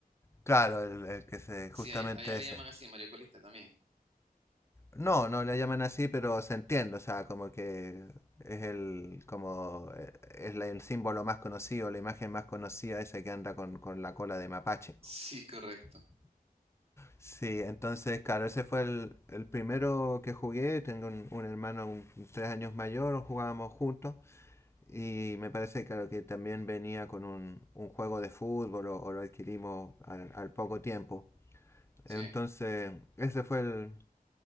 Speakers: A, on the left (about 15°); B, on the right (about 40°).
A: Claro, el, el que se, justamente
B: Sí, allá, allá le
A: ese.
B: llaman así, Mario Colita también.
A: No, no la llaman así, pero se entiende, o sea, como que es el, como eh, es la- el símbolo más conocido, la imagen más conocida, esa que anda con, con la cola de mapache.
B: Sí, correcto.
A: Sí, entonces, claro, ese fue el, el primero que jugué, tengo un, un hermano un- tres años mayor, jugábamos juntos, y me parece, claro, que también venía con un, un juego de fútbol o, o lo adquirimos al, al poco tiempo.
B: Sí,
A: Entonces, ese fue el,